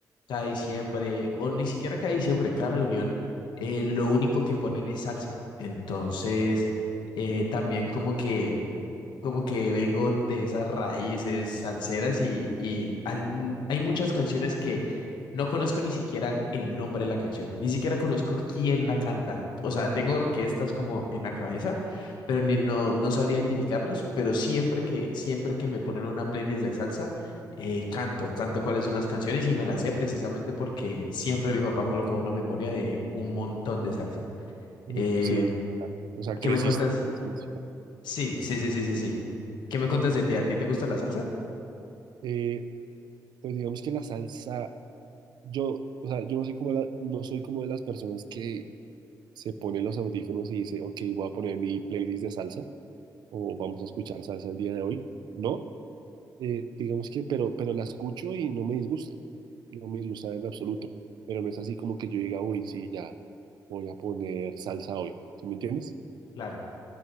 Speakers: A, on the left; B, on the right.
A: cada diciembre, o ni siquiera cada diciembre, cada reunión, eh, lo único que ponen es salsa. Entonces, eh, también como que como que vengo de esas raíces salseras y, y al- n- hay muchas canciones que no conozco ni siquiera el nombre de la canción, ni siquiera conozco quién la canta. O sea, tengo orquestas como en la cabeza, pero ni- no, no sabría identificarlos, pero siempre que, siempre que me ponen una playlist de salsa, eh, canto, canto cuáles son las canciones y me las sé precisamente porque siempre mi papá colocaba una memoria de un montón de salsa.
B: Entonces,
A: Eh,
B: sí, sí, claro. o sea, creciste
A: ¿qué me cuentas?
B: con esa música.
A: Sí, sí, sí, sí, sí, sí. ¿Qué me cuentas de ti? ¿A ti te gusta la salsa?
B: Eh, pues digamos que la salsa, yo, o sea, yo no soy como la- no soy como de las personas que se ponen los audífonos y dice, ok, voy a poner mi playlist de salsa o vamos a escuchar salsa el día de hoy. No, eh, digamos que, pero, pero la escucho y no me disgusta, no me disgusta en absoluto, pero no es así como que yo diga, uy, sí, ya voy a poner salsa hoy, ¿sí me entiendes?
A: Claro.